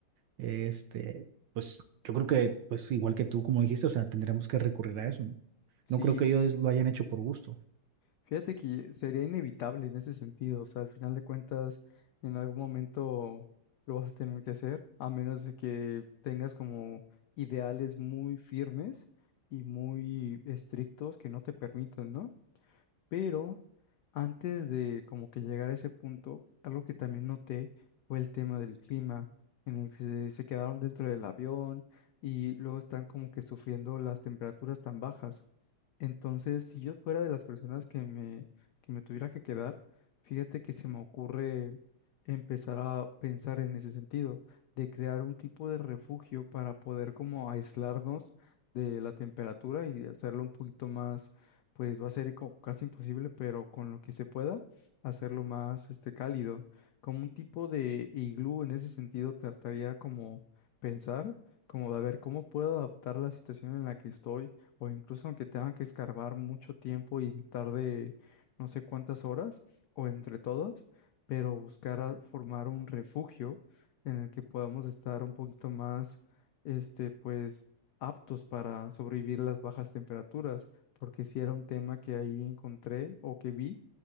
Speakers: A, on the right (about 75°); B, on the left (about 85°).
A: este, pues yo creo que, pues igual que tú, como dijiste, o sea, tendremos que recurrir a eso, ¿no?
B: Sí,
A: No creo que ellos lo hayan hecho por gusto.
B: Fíjate que sería inevitable en ese sentido, o sea, al final de cuentas, en algún momento lo vas a tener que hacer, a menos de que tengas como ideales muy firmes y muy estrictos que no te permitan, ¿no? Pero antes de como que llegar a ese punto, algo que también noté fue el tema del clima, en el que se se quedaron dentro del avión y luego están como que sufriendo las temperaturas tan bajas. Entonces, si yo fuera de las personas que me, que me tuviera que quedar, fíjate que se me ocurre empezar a pensar en ese sentido, de crear un tipo de refugio para poder como aislarnos de la temperatura y hacerlo un poquito más, pues va a ser co- casi imposible, pero con lo que se pueda, hacerlo más este cálido, como un tipo de iglú en ese sentido, trataría como pensar, como de a ver cómo puedo adaptar la situación en la que estoy o incluso aunque tenga que escarbar mucho tiempo y me tarde no sé cuántas horas, o entre todos, pero buscar a formar un refugio en el que podamos estar un poquito más, este, pues, aptos para sobrevivir las bajas temperaturas, porque sí era un tema que ahí encontré o que vi